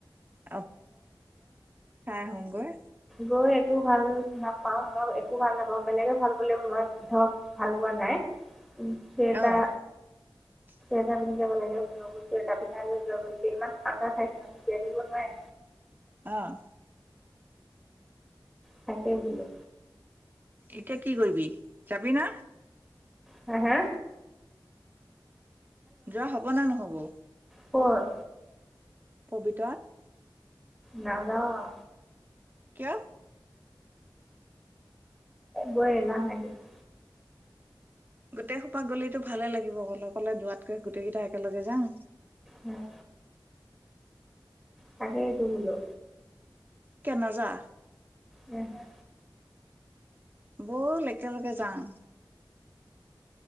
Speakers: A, on the right; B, in the centre.
A: হয় <unintelligible> আহোগৈ
B: গৈ একো ভাল নাপাওঁ। ধৰক একো ভাল নাপাওঁ বেলেগে ভাল পালেও মই ধৰক ভাল পোৱা নাই। কেইটা।
A: অ <unintelligible>
B: এটা পিন্ধি য লাগে মস্তু এটা পিন্ধাই লৈ যোৱা ইমান ঠাণ্ডা ঠাইত জীয়াই থাকিব নোৱাৰে।
A: অ-।
B: থাকে বুলু।
A: এতিয়া কি কৰিবি যাবি না।
B: হে হে।
A: যোৱা হব নে নহ'ব--!
B: ক'ত
A: পবিতৰাত।
B: নাযাওঁ -।
A: কিয়?
B: গৈ এলাহ লাগিছে।
A: গোটেই খোপা গলেো ভালে লাগিব গলে কলে দোৱাতকে গোটেই কেইটা একেলগে যাওঁ।
B: অ <unintelligible> তাকেই টো বোলো।
A: কেনা যা।
B: উ <unintelligible>
A: ব'ল একেলগে যাওঁ।